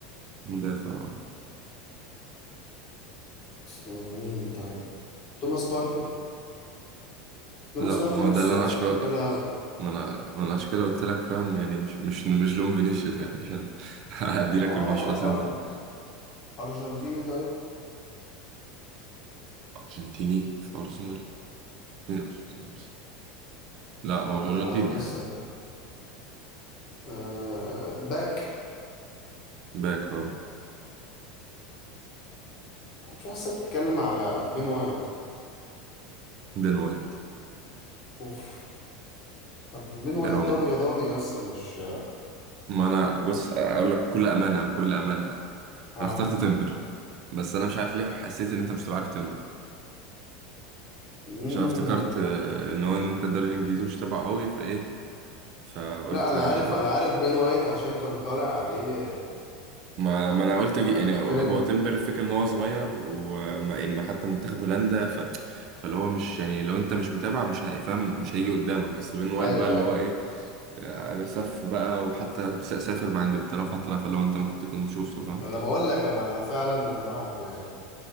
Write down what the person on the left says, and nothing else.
أصل مين طيب توماس بارتي توماس
بارتي
نص
أصلا
إيه لا
آه
أر... أرجنتيني طيب
أنا
أنا
لسه ب... أه باك
مش حاسسك بتتكلم على بين وايت
أوف طب بين وايت
ده
أبيضاني أصلا مش
مش-
آه
مم.
لا أنا
عارف أنا عارف بين وايت عشان كان طالع عليه
آه،
ترند
ايوه
أيوه.
انا بقول لك انا انا فعلا جمعته يعني